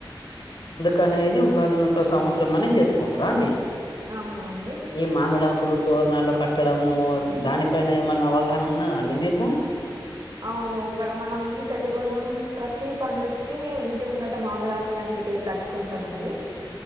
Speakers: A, on the left; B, on the right.
A: కనేది ఉగాది నూతన సంవత్సరం అని చేసుకుంటర అండి
B: అవునండి
A: ఈ మామిడాకులు తోరణాలు కట్టడము దానిపైన ఏమన్నా అవగాహన ఉన్నదండి మీకు
B: అవును మనం తెలుగోళ్ళం ప్రతి పండుగకి ఇంటి ముంగట మామిడాకులు అనేటివి కట్టుకుంటమండి